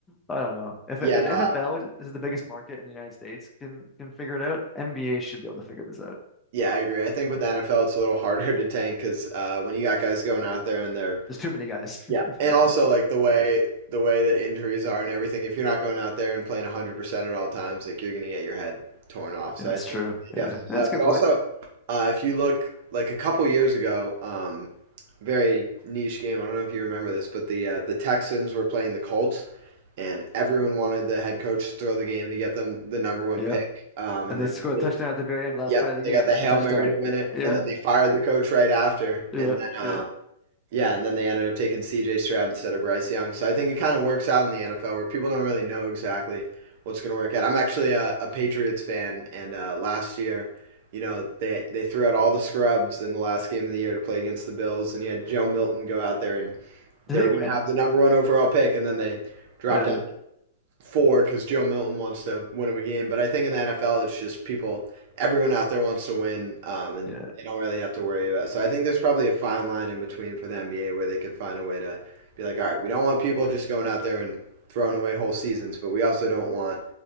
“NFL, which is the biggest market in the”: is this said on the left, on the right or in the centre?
Left